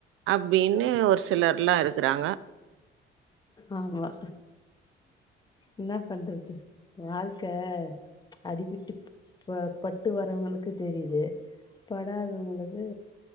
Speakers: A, on the right; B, on the left.
A: அப்டின்னு ஒரு சிலர்லா இருக்குறாங்க
B: ஆமா என்னா பண்றது வாழ்க்க அடிபிட்டு ப்ப பட்டு வரவங்களுக்கு தெரிது படாதவங்களுக்கு